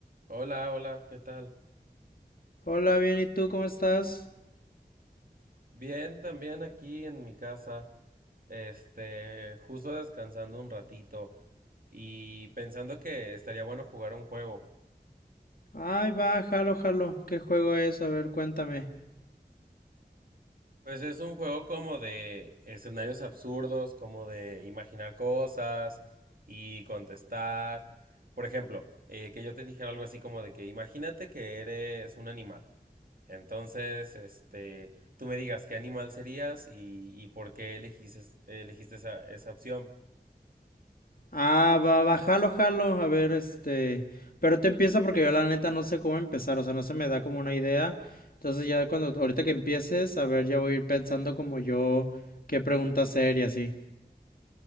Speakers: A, on the right; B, on the left.
A: Hola, hola, ¿qué tal?
B: Hola, bien, ¿y tú cómo estás?
A: Bien, también aquí en mi casa, este, justo descansando un ratito y pensando que estaría bueno jugar un juego.
B: Ay, va, jalo, jalo. ¿Qué juego es? A ver, cuéntame.
A: Pues es un juego como de escenarios absurdos, como de imaginar cosas y contestar. Por ejemplo, eh, que yo te dijera algo así como de que imagínate que eres un animal. Entonces, este, tú me digas qué animal serías y, y por qué elegiste, elegiste esa, esa opción.
B: Ah, va, va, jalo, jalo. A ver, este. Pero te empieza porque yo la neta no sé cómo empezar, o sea, no se me da como una idea. Entonces ya cuando, ahorita que empieces, a ver, ya voy a ir pensando como yo qué pregunta hacer y así.